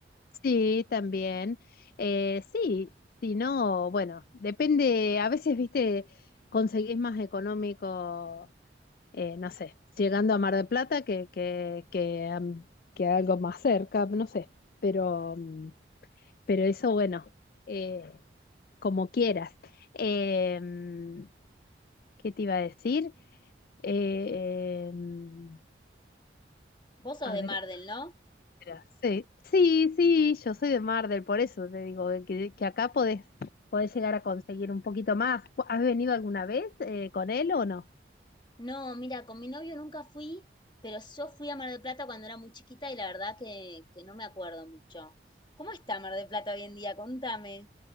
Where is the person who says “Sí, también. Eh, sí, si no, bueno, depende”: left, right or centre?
Left